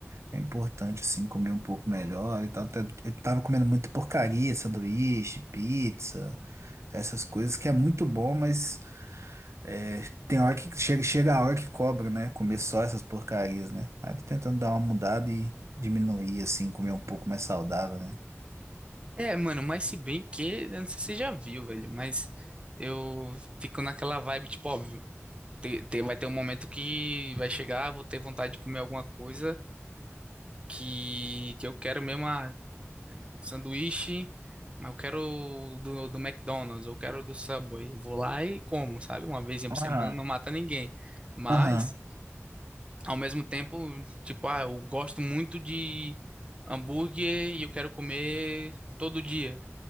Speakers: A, on the right; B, on the right.
A: é importante, assim, comer um pouco melhor e tal. Tá- Eu tava comendo muita porcaria, sanduíche, pizza, essas coisas, que é muito bom, mas. É, tem hora que chega, chega a hora que cobra, né? Comer só essas porcarias, né? Aí eu tô tentando dar uma mudada e diminuir, assim, comer um pouco mais saudável, né?
B: É, mano, mas se bem que, eu não sei se você já viu, velho, mas eu fico naquela vibe, tipo, óbvio, te- te- vai ter um momento que vai chegar, vou ter vontade de comer alguma coisa que, que eu quero mesmo, ah, sanduíche, mas eu quero do, do McDonald's, eu quero do Subway. Eu vou lá e como, sabe? Uma vez por
A: Aham.
B: semana não mata ninguém. Mas,
A: Aham.
B: ao mesmo tempo, tipo, ah, eu gosto muito de hambúrguer e eu quero comer todo dia.